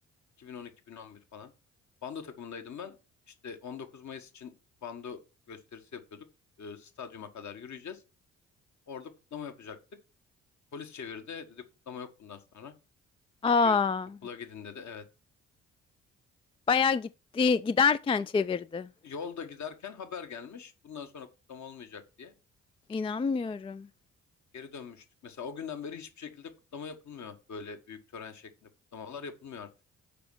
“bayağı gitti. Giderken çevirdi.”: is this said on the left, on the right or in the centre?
Left